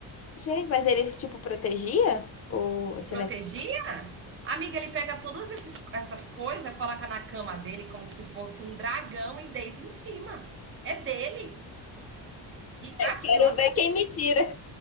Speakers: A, on the left (about 35°); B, on the right (about 30°).
A: Gente, mas ele, tipo, protegia o... esse
B: Protegia?
A: negócio?
B: Amiga, ele pega todas esses- essas coisas, coloca na cama dele como se fosse um dragão e deita em cima. É dele. E, ah,
A: Quero
B: e outra,
A: ver quem me tira.